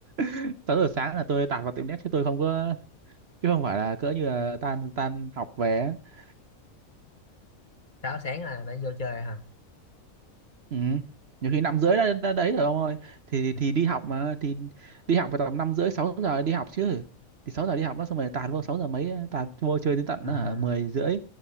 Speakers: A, on the right (about 55°); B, on the left (about 35°).
A: <laughs> 6 giờ sáng là tôi tạt vào tiệm net chứ tôi không có chứ không phải là cỡ như là tan tan học về á.
B: sáu sáng là đã vô chơi hả
A: ừ. nhiều khi năm rưỡi đã, đã đấy rồi ông ơi thì thì
B: Ừ,
A: thì đi học mà thì đi học vào tầm năm rưỡi 6 giờ đi học chứ thì 6 giờ đi học nó xong rồi tạt vô 6 giờ mấy tạt vô chơi đến tận
B: à,
A: hả, 10 rưỡi